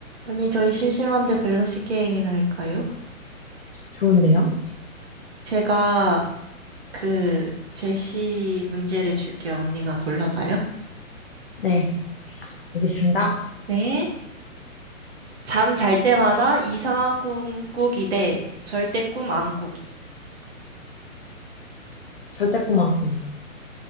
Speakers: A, on the right (about 50°); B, on the left (about 45°).
A: 언니, 저희 심심한데 밸런스 게임이나 할까요?
B: 좋은데요?
A: 제가 그 제시 문제를 줄게요. 언니가 골라봐요.
B: 네, 알겠습니다.
A: 네. 잠 잘 때마다 이상한 꿈 꾸기 대 절대 꿈 안 꾸기.
B: 절대 꿈 안 꾸기.